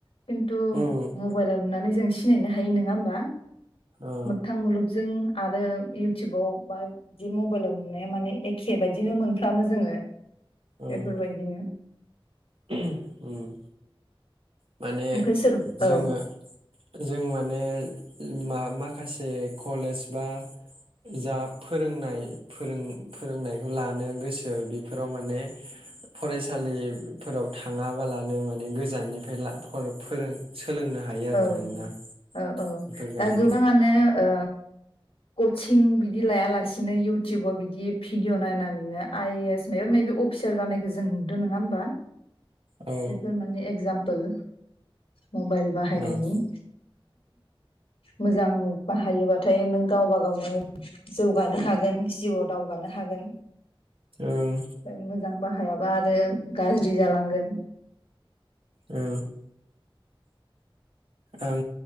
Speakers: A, on the left; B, on the right.
A: खिन्थु
B: उम
A: मबाइलाव नुनानै जों सिनायनो हायो नोङा होमबा।
B: औ
A: मोगथां मुलुगजों आरो इउटुबाव बा बिदि मबाइलाव नुनाया माने एखे बायदिनो मोनफ्रामो जोङो।
B: ओं
A: बेफोरबायदिनो।
B: <unintelligible> उम माने
A: ओमफ्राय सोर
B: जोङो
A: औ
B: जों माने मा माखासे कलेज बा जा फोरोंनाय फोरों फोरोंनायखौ लानो गोसो बेफोराव माने फरायसालिफोराव थाङाबालानो माने गोजाननि ला फोर फोरों आरो
A: औ
B: मानोना
A: औ औ
B: बेफोरबायदि
A: दा गोबाङानो ओ कचिं बिदि लायालासिनो इउटुबाव बिदि भिडिअ' नायनानैनो आइ ए एस माबा माबि अफिसार जानायखौ जों नुदों नङा होमबा
B: औ
A: बेफोर माने एक्जाम पोल मबाइल बाहायनायनि।
B: औ
A: मोजां बाहायोबाथाय नों गावबा गावनो जौगानो हागोन जिउआव दावगानो हागोन।
B: ओं
A: ओं मोजां बाहायाबा आरो गाज्रि जालांगोन।
B: औ। ओं